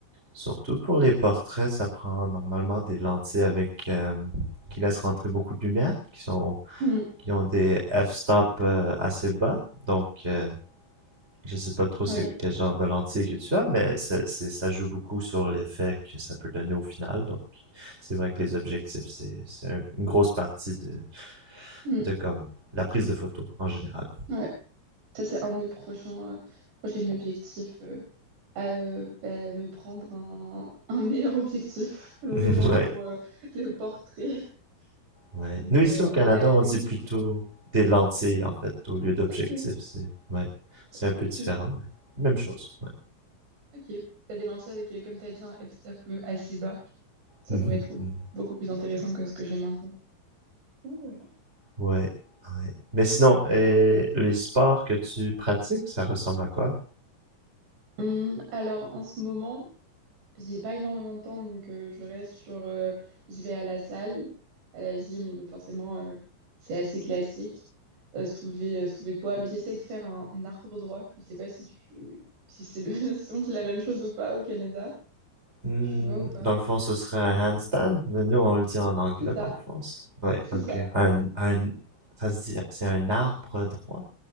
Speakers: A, on the right (about 15°); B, on the right (about 85°).
A: Surtout pour les portraits, ça prend normalement des lentilles avec euh, qui laissent rentrer beaucoup de lumière, qui sont
B: Hmm,
A: qui ont des f-stop euh, assez bas. Donc euh, je sais pas trop c'est
B: oui,
A: quel genre de lentille que tu as, mais c'est, c'est- ça joue beaucoup sur l'effet que ça peut donner au final. Donc c'est vrai que les objectifs, c'est, c'est une grosse partie de,
B: hmm,
A: de comme la prise de photo en général.
B: ouais. Ça, c'est un de mes prochains, euh, prochains objectifs. euh, à, euh, bah, me prendre un, <laughs> un meilleur objectif, <laughs> vraiment,
A: <laughs> Ouais.
B: pour euh, le portrait.
A: Ouais.
B: Donc,
A: Nous, ici
B: euh,
A: au Canada,
B: ouais,
A: on
B: bah,
A: dit
B: comme
A: plutôt
B: t'as-
A: des lentilles, en fait, au lieu d'objectif.
B: Ok,
A: C'est ouais. C'est un peu
B: ok.
A: différent, mais même chose. Ouais.
B: Ok. T'as des lentilles avec, euh, comme t'as dit, un f-stop euh, assez bas. Ça
A: Mhm,
B: pourrait être
A: mhm.
B: beaucoup plus intéressant que ce que j'ai maintenant. Donc, Voilà.
A: Ouais. ouais. Mais sinon, et les sports que tu pratiques, ça ressemble à quoi?
B: Hum, alors en ce moment, j'ai pas énormément de temps, donc euh, je reste sur. euh, je vais à la salle, à la gym, et donc forcément, euh, c'est assez classique. euh, soulever, euh, soulever de poids, mais j'essaye de faire un, un arbre droit. Je sais pas si tu, si c'est le, <laughs> si on dit la même chose ou pas au Canada.
A: Hmm,
B: Tu vois ou pas?
A: dans le fond, ce serait un handstand, mais nous, on le dit en anglais,
B: C'est ça,
A: dans le fond. ça. Ouais,
B: c'est
A: ok.
B: ça.
A: Un, un, ça se dit, c'est un arbre droit?